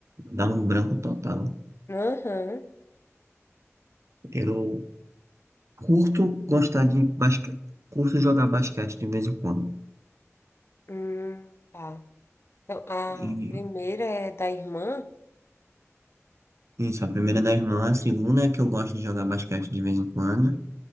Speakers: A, on the right (about 65°); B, on the left (about 55°).
A: Dá um branco total.
B: Aham.
A: Eu curto gostar de basquete, curto jogar basquete de vez em quando.
B: Hum, tá. Então, a
A: E
B: primeira é da irmã.
A: isso, a primeira é da irmã, a segunda é que eu gosto de jogar basquete de vez em quando.